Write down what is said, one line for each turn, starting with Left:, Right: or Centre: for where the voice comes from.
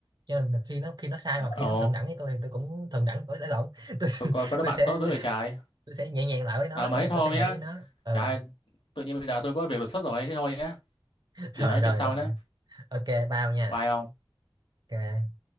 Right: cho nên là khi nó khi nó sai hoặc khi
Left: ồ
Right: nó thượng đẳng với tôi thì tôi cũng thượng đẳng tôi đã lộn <laughs> tôi
Left: có có có đứa
Right: tôi
Left: bạn
Right: sẽ
Left: tốt dữ vậy trái
Right: tôi sẽ nhẹ nhàng lại với nó
Left: à mấy
Right: ý là
Left: thôi
Right: tôi sẽ hiểu
Left: nhá
Right: với nó ờ
Left: Trời ơi, tự nhiên bây giờ tôi có việc đột xuất rồi, thế thôi nhé
Right: <laughs> rồi
Left: Để nói
Right: rồi
Left: chuyện sau
Right: rồi
Left: nhé
Right: ok bao nha
Left: Bye ông.
Right: ok